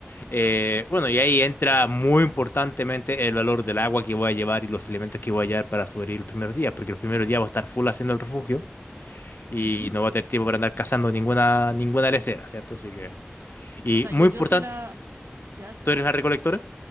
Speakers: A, on the left; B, on the right.
A: Eh, bueno, y ahí entra muy importantemente el valor del agua que voy a llevar y los elementos que voy a llevar para sobrevivir los primeros días, porque los primeros días voy a estar full haciendo el refugio y
B: Ujú.
A: no voy a tener tiempo para andar cazando ninguna, ninguna lesera, ¿cierto? Así que... Y
B: O sea,
A: muy
B: yo, yo
A: importante,
B: soy la... Ya, sí.
A: ¿tú eres la recolectora?